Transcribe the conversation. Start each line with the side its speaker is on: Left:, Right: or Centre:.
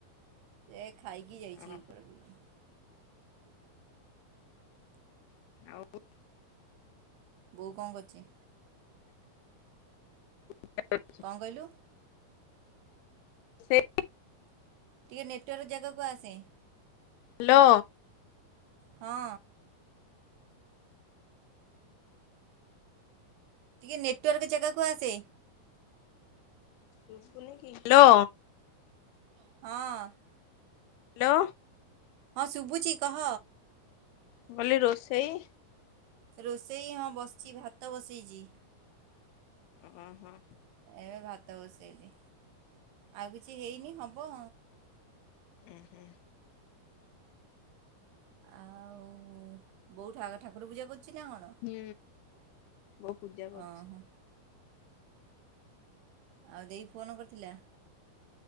Right: ଏ ଖାଇକି ଯାଇଚି
Left: ଆଉ
Right: କୁଆଡ଼େ ବୁଲୁଥି
Left: ଆଉ।
Right: ବୋଉ କଣ କରୁଚି?
Left: <unintelligible>
Right: କଣ କଇଲୁ?
Left: ରୋଷେଇ?
Right: ଟିକେ ନେଟୱାର୍କ ଜେଗାକୁ ଆସେ।
Left: ହାଲୋ।
Right: ହଁ। ଟିକେ ନେଟୱାର୍କ ଜାଗାକୁ ଆସେ।
Left: ଦୁସୁନିକି ହାଲୋ।
Right: ହଁ।
Left: ହାଲୋ।
Right: ହଁ ଶୁବୁଚି କହ।
Left: ମୁଁ କହିଲି ରୋଷେଇ?
Right: ରୋଷେଇ ହଁ ବସିଚି ଭାତ ବସେଇଚି।
Left: ହୁଁ ହୁଁ।
Right: ଏବେ ଭାତ ବସେଇଲି ଆଉ କିଛି ହେଇନି ହବ।
Left: ଉୁଁ ହୁଁ।
Right: ଆଉ ବୋଉଠା ଠାକୁର ପୂଜା କରୁଚି ନା କଣ?
Left: ହୁଁ ବୋଉ ପୂଜା କରୁଚି।
Right: ଓହୋ ଆଉ ଦେଇ ଫୋନ୍ କରିଥିଲା?